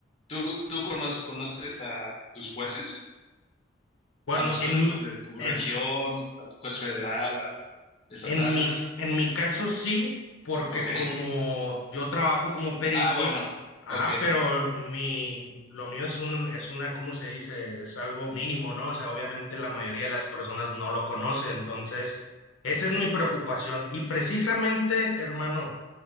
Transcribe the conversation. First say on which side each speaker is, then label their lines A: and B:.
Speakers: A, on the left (about 30°); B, on the left (about 75°).
A: ¿tú, tú conoces, conoces a tus jueces?
B: Bueno,
A: ¿A los jueces
B: en,
A: de tu
B: en-
A: región, a tu juez federal, al estatal?
B: En mi, en mi caso sí, porque
A: Ok.
B: como yo trabajo como perito,
A: Ah, bueno.
B: ajá,
A: Ok.
B: pero mi, lo mío es un, es una, ¿cómo se dice? Es algo mínimo, ¿no? O sea, obviamente la mayoría de las personas no lo conoce, entonces esa es mi preocupación. Y precisamente, hermano,